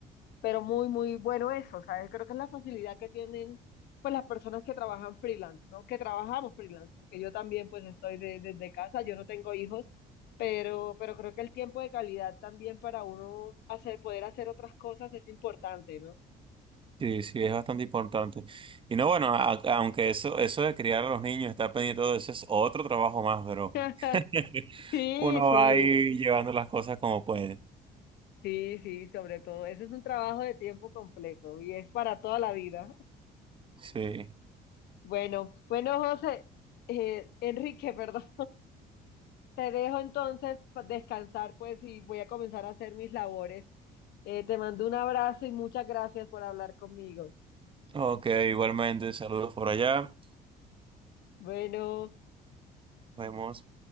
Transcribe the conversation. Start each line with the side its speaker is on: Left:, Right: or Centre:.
Left: pero muy, muy bueno eso. O sea, creo que es la facilidad que tienen pues las personas que trabajan freelance, ¿no? Que trabajamos freelance, porque yo también pues estoy de- desde casa, yo no tengo hijos, pero, pero creo que el tiempo de calidad también para uno hacer, poder hacer otras cosas es importante, ¿no?
Right: Sí, sí, es bastante importante. Y no, bueno, a- aunque eso, eso de criar a los niños, estar pendiente de todo eso es otro trabajo más, pero
Left: <laughs>
Right: <laughs>
Left: Sí,
Right: uno
Left: sí,
Right: va ahí llevando las cosas como puede.
Left: sí, sí, sobre todo. Ese es un trabajo de tiempo completo y es para toda la vida.
Right: Sí.
Left: Bueno, bueno, José, eh, Enrique, <laughs> perdón. Te dejo entonces pa- descansar, pues, y voy a comenzar a hacer mis labores. Eh, te mando un abrazo y muchas gracias por hablar conmigo.
Right: Ok, igualmente, saludos por allá.
Left: Bueno.
Right: Nos vemos.